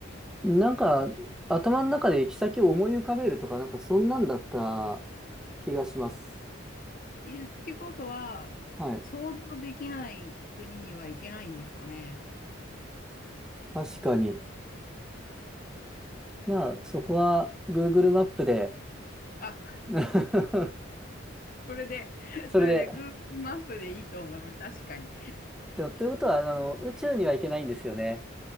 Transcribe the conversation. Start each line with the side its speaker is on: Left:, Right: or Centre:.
Centre: なんか、頭の中で行き先を思い浮かべるとか、なんかそんなんだった気がします。
Left: いってことは、
Centre: はい。
Left: 想像できない国には行けないんですかね。
Centre: 確かに。まあ、そこは Google マップで
Left: あ、
Centre: <laughs>
Left: それで、
Centre: それで。
Left: それで Google マップでいいと思います。確かに。
Centre: でということは、あの、宇宙には行けないんですよね。